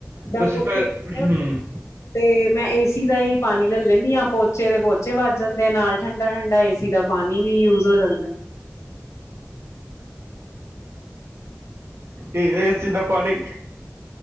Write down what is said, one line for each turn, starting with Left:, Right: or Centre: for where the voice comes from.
Right: ਤੁਸੀਂ
Left: ਪੋਚੇ
Right: ਫੇਰ, ਹੂੰ।
Left: ਤੇ ਮੈ ਏਸੀ ਦਾ ਈ ਪਾਣੀ ਲਲ ਲੈਨੀ ਆ, ਪੋਚੇ ਦੇ ਪੋਚੇ ਵੱਜ ਜਾਂਦੇ ਐ ਤੇ ਨਾਲ ਠੰਡਾ ਠੰਡਾ ਏ ਸੀ ਦਾ ਪਾਣੀ ਵੀ ਯੂਸ ਹੋ ਜਾਂਦਾ।
Right: ਏਸੀ ਦਾ ਪਾਣੀ।